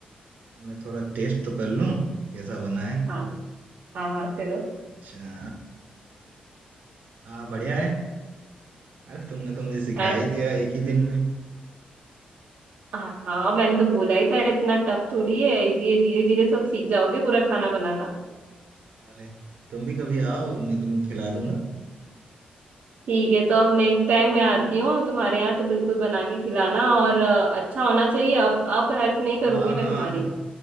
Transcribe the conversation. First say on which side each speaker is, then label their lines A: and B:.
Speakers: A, on the right; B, on the right.
A: मैं थोड़ा टेस्ट तो कर लूँ कैसा बना है
B: हाँ हाँ हाँ करो
A: अच्छा हाँ बढ़िया है अरे तुमने तो मुझे सिखा
B: है
A: ही दिया एक ही दिन में
B: हाँ हाँ, मैंने तो बोला ही था इतना टफ थोड़ी है ये धीरे धीरे सब सीख जाओगे पूरा खाना बनाना
A: अरे तुम भी कभी आओ मैं तुम्हें खिला दूंगा
B: ठीक है तो अब नेक्स्ट टाइम मैं आती हूँ तुम्हारे यहाँ तो बिल्कुल बना के खिलाना और अ, अच्छा होना चाहिए अब अब हेल्प नहीं
A: हाँ
B: करूंगी मैं
A: हाँ
B: तुम्हारी
A: हाँ